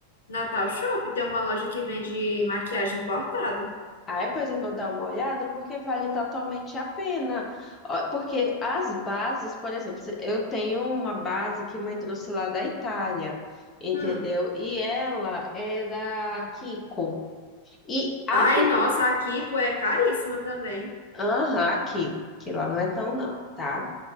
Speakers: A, on the left (about 65°); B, on the left (about 20°).
A: Natal Shop tem uma loja que vende maquiagem importada.
B: Aí depois eu vou dar uma olhada porque vale totalmente a pena. Ó, Porque as bases, por exemplo, se- eu tenho uma base que mãe trouxe lá da Itália, entendeu?
A: Hum.
B: E ela é da Kiko. E a,
A: Ai,
B: fi-
A: nossa, a Kiko é caríssima também.
B: aham, aqui, que lá não é tão não, tá?